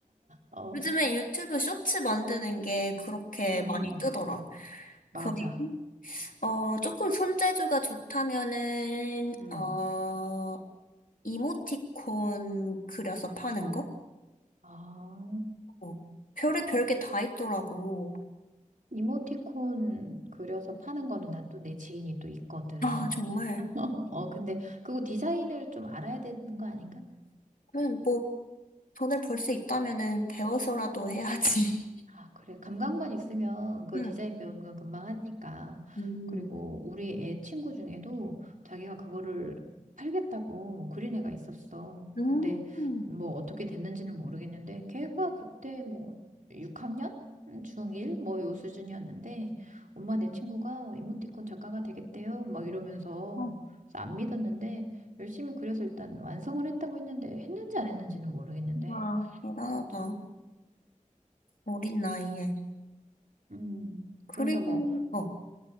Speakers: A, on the right; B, on the left.
A: 어,
B: 요즘에 유튜브 쇼츠 만드는 게 그렇게
A: 음,
B: 많이 뜨더라.
A: 맞아.
B: 그리고, 어, 조금 손재주가 좋다면은,
A: 음.
B: 어, 이모티콘 그려서 파는 거?
A: 아.
B: 어, 별의별 게 다 있더라고.
A: 이모티콘 그려서 파는 거는 난 또 내 지인이 또 있거든.
B: 아, 정말.
A: <laughs> 어, 근데 그거 디자인을 좀 알아야 되는 거 아닌가?
B: 그냥 뭐, 돈을 벌 수 있다면은 배워서라도 해야지.
A: 아, 그래. 감각만 있으면 그
B: <laughs> 응.
A: 디자인 배우는 건 금방 하니까.
B: 음,
A: 그리고 우리 애 친구 중에도 자기가 그거를 팔겠다고 그린 애가 있었어.
B: 음,
A: 근데 뭐 어떻게 됐는지는 모르겠는데 걔가 그때 뭐 6학년? 중1? 뭐 요 수준이었는데 엄마 내 친구가 이모티콘 작가가 되겠대요. 막 이러면서
B: 아,
A: 그래서 안 믿었는데 열심히 그려서 일단 완성을 했다고 했는데 했는지 안 했는지는 모르겠는데
B: 와, 대단하다.
A: 아무튼
B: 어린 나이에.
A: 음.
B: 그리고,
A: 그래서 뭐
B: 어,